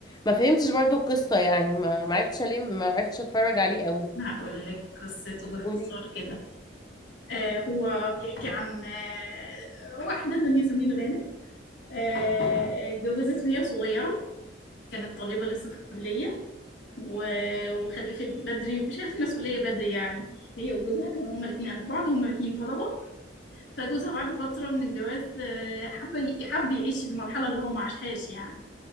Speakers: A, on the left (about 20°); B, on the left (about 75°).
A: ما فهمتش برضو القصه يعني ما ما عرفتش ليه ما عرفتش اتفرج عليه قوي
B: هقول لك قصته باختصار
A: قولي
B: كده آه، هو بيحكي عن آه، واحده دنيا سمير غانم آه، اتجوزت وهي صغيره كانت طالبة لسه في الكلية و- وخلفت بدري وشالت المسؤولية بدري يعني هي وجوزها كانوا هما الاتنين قد بعض وهما الاتنين طلبة فجوزها بعد فترة من الجواز آه، حب ي- حب يعيش المرحلة اللي هو ما عاشهاش يعني